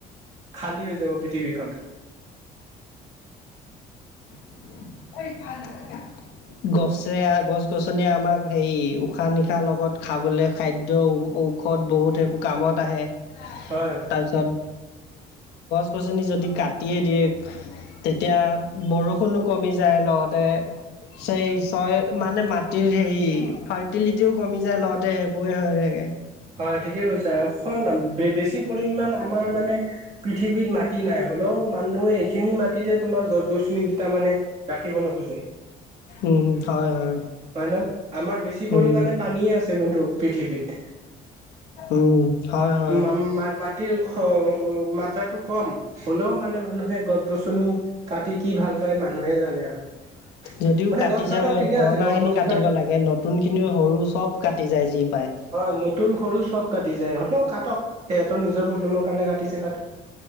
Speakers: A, on the right (about 40°); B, on the left (about 85°).
A: খালী হৈ যাব পৃথিৱীখন
B: <unintelligible> গছে গছ গছনিয়ে আমাক হেই উশা -নিশাহ লগত খাবলে খাদ্য ঔষদ বহুত সেইবোৰ কামত আহে
A: হয়
B: তাপিছত গছ গছনি যদি কাটিয়ে দিয়ে তেতিয়া বৰষুণো কমি যায় লগতে চেই চয় মানে মাটিৰ হেৰি ফাৰ্টিলিটিও কমি যায় লতে সেইবোৰে হৈ থাকে।
A: হয় ঠিকে কৈছা ছোৱানা। বেছি পৰিমান আমাৰ মানে পৃথিৱীত মাটি নাই হ'লেও মানুহে এইখিনি মাটিতে তোমাৰ গছ -গছনি কেইটা মানে ৰাখিব নোখোজে।
B: উম হয় হয়
A: হয় ন আমাৰ বেছি পৰিমানে
B: উম
A: পানীয়ে আছে কিন্তু পৃথিৱীত।
B: উম। হয় হয়
A: ম মাটিৰ মাত্ৰাটো কম হ'লেও মানে মানুহে গছ গছনি কাটি কি ভাল পায় মানুহে জানে আৰু
B: যদিও
A: মানে
B: কাটিছে
A: গছ কাটক ঠিকে
B: পুৰণা
A: আছে
B: খিনি
A: গছ
B: কাটিব
A: ক
B: লাগে নতুন খিনি সৰু চব কাটি যায় জী
A: হয় নতুন সৰু চব কাটি যায় হতও কাটক সিহঁতৰ নিজৰ প্ৰব্লেমৰ কাৰণে কাটিছে কাটক